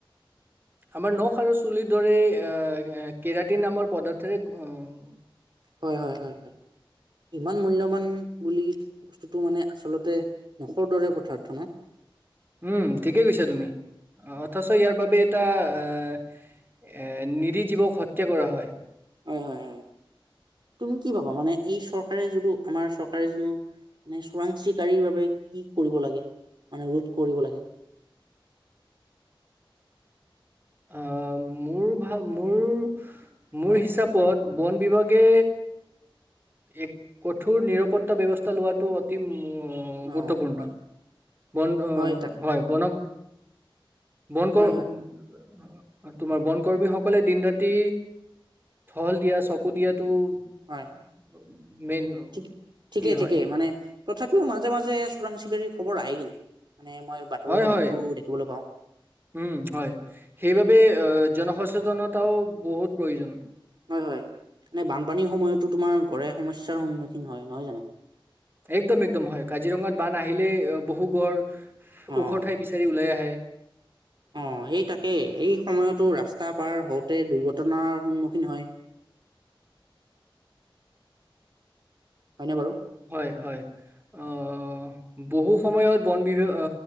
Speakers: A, on the right; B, on the right.
A: আমাৰ নখ আৰু চুলিৰ দৰে এ কেৰাটিন নামৰ পদাৰ্থৰে উম
B: হয় হয় হয় হয়, ইমান মূল্যবান বুলি বস্তুটো মানে আচলতে নখৰ দৰে পদাৰ্থ ন।
A: উম, ঠিকেই কৈছা তুমি অ' অথচ ইয়াৰ বাবে এটা আহ, এ নিৰি জীৱক হত্যা কৰা হয়।
B: হয় হয় হয়, তুমি কি ভাবা মানে এই চৰকাৰে যদিটো আমাৰ চৰকাৰে যোনো মানে চোৰাংচিকীৰ বাবে কি কৰিব লাগে মানে ৰোধ কৰিব লাগে।
A: অ মোৰ ভাৱ মোৰ মোৰ
B: হয়
A: হিচাপত বন বিভাগে, এক কঠোৰ নিৰাপত্তা ব্যৱস্থা লোৱাটো অতি উ
B: অ
A: গুৰুত্বপূৰ্ণ
B: হয়
A: বন
B: হয় তাকে
A: হয় বন বন্ কৰ
B: হয় হয়
A: তোমাৰ বন কৰ্মী সকলে দিন ৰাতি থহল দিয়া চকু দিয়াত টো
B: হয়
A: মেইন
B: ঠিক ঠিকেই
A: কি
B: ঠিকেই
A: হয়
B: মানে তথাপিও মাজে মাজে চোৰাং চিকাৰীৰ খবৰ আহে কিন্তু মানে মই বাতৰিসমূহতো
A: হয় হয়
B: দেখিবলৈ পাওঁ
A: উম হয় সেইবাবে এ জন সচ সচেতনতাও বহুত প্ৰয়োজন
B: হয় হয় মানে বানপানীৰ সময়তো তোমাৰ গড়ে সমস্যাৰ সন্মুখীন হয় নহয় জানো
A: একদম একদম হয় কাজিৰঙাত বান আহিলেই বহু গড়
B: অ
A: ওখ ঠাই বিচাৰি ওলাই আহে
B: অ সেই তাকেই এই সময়তো ৰাস্তা পাৰ হওঁ তে দুৰ্ঘটনাৰ সন্মুখীন হয় হয়নে বাৰু
A: হয় হয় অহ বহু সময়ত বন বিভা অ